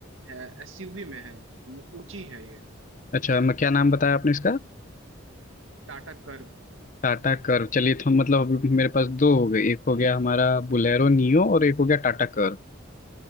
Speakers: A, on the right; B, on the left.
A: है एसयूवी में है ऊंची है ये
B: अच्छा मैं क्या नाम बताया आपने इसका
A: टाटा कर्व
B: टाटा कर्व चलिए तो हम मतलब अभी मेरे पास दो हो गए एक हो गया हमारा बुलेरो नियो और एक हो गया टाटा कर्व